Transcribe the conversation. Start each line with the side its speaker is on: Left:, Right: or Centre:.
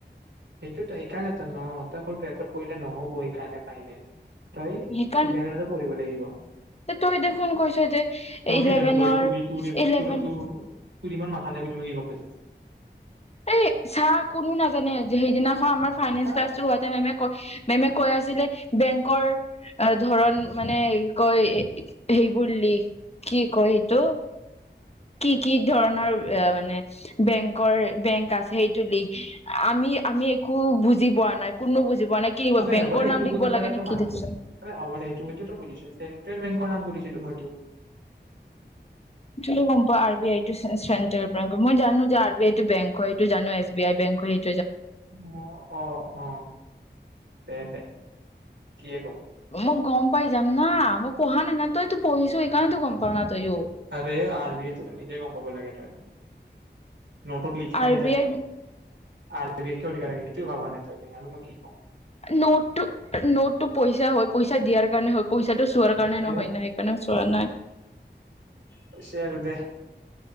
Right: সেইটোতো সেইকাৰণে ত ন তই অকল টুৱেল্ভত পঢ়িলে নহ'ব। ব কাৰে ফাইনেল তই
Left: সেইকাৰণ
Right: ইলেভেনতো পঢ়িব লাগিব।
Left: তই দেখোন কৈছ যে
Right: মই
Left: ইলেভেনৰ
Right: কি জানো তই তোৰ তোৰ
Left: ইলেভেন।
Right: তোৰ তোৰ তোৰ ইমান মাথা নাই <unintelligible>
Left: এই চাহ কোনো নাজানে যে সেইদিনাখন আমাৰ ফাইনেন্স
Right: হা
Left: ক্লাছো হোৱাতে মেমে ক মেমে কৈ আছিলে বেংকৰ ধৰন মানে কয় সেই বুলি কি কৰিম দু কি কি ধৰণৰ মানে বেংক বেংক আছে সেইটো লি আমি আমি একো, বুজি পোৱা নাই কোনো বুজি পোৱা নাই কি লিখিব
Right: আ
Left: বেংকৰ
Right: হব দে এইটো
Left: নাম লিখিব
Right: বুজি পোৱা
Left: লাগে নে
Right: নটো
Left: কি
Right: মানিছ
Left: লিখিব
Right: হব সেইটো সতো বুজিছো চেন্ট্ৰেল বেংকৰ নাম সোদিছিলো মইটো,
Left: ল গম পোৱা R B I central bank হয় মই জানো যে আৰ বি আই টো বংক হয় এইটো জানো এছ বি আই বেংক হয় এইটো,
Right: অ অ অ। দে দে কিহে কম।
Left: মই গম পাই যাম না মই পঢ়া নাই না তই তো পঢ়িছো সেইকাৰণেত তো গম পাও না তইও
Right: আৰে আৰ বি আই নিজে গম পাব লাগে তই। নোটত লিখাই
Left: আৰ বি
Right: থাকে।
Left: আই
Right: আৰ, বি কিয় লিখা থাকে সেইটোৱেই ভৱা নাই তই। আৰু মই কি কম।
Left: নোট টো নোট, টো পইচা হয় পইচা দিয়াৰ কাৰণে হয়। পইচাটো চোৱাৰ কাৰণে
Right: দে
Left: নহয় ন সেইকাৰণে চোৱা নাই
Right: হৈছে আৰু দে